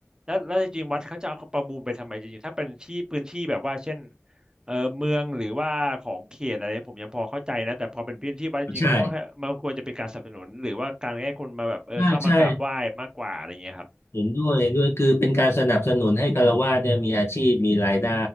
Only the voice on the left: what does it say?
ใช่ใช่ใช่เห็นด้วยเห็นด้วยคือเป็นการสนับสนุนให้ฆราวาสเนี่ยมีอาชีพมีรายได้